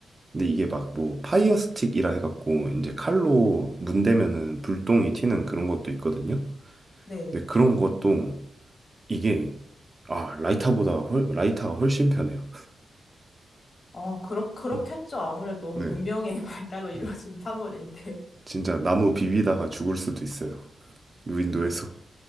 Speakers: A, on the right (about 25°); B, on the left (about 50°).
A: 근데 이게 막 뭐 파이어 스틱이라 해갖고 이제 칼로 문대면은 불똥이 튀는 그런 것도 있거든요.
B: 네.
A: 근데 그런 것도 이게 아, 라이터보다 훨, 라이터가 훨씬 편해요.
B: 어, 그렇, 그렇겠죠.
A: 음.
B: 아무래도
A: 네.
B: 문명의 <laughs> 발달로 이루어진
A: 음.
B: 산물인데.
A: 진짜 나무 비비다가 죽을 수도 있어요. 윈도에서.